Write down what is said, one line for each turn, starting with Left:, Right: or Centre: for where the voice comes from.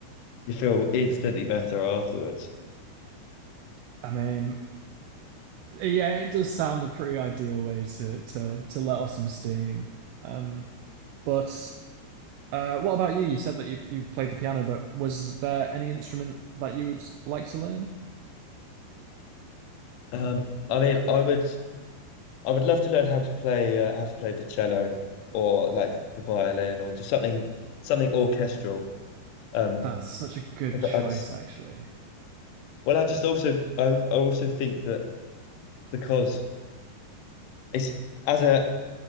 Left: you feel instantly better afterwards.
Right: I mean, yeah, it does sound a pretty ideal way to to to let off some steam. Um, but Uh, what about you? You said that you you played the piano, but was there any instrument that you would like to learn?
Left: Um, I mean, I would. I would love to learn how to play uh, how to play the cello or like the violin or just something something orchestral. Um,
Right: That's such a good
Left: 'cause
Right: choice,
Left: I just,
Right: actually.
Left: well, I just also I, I also think that because it's as a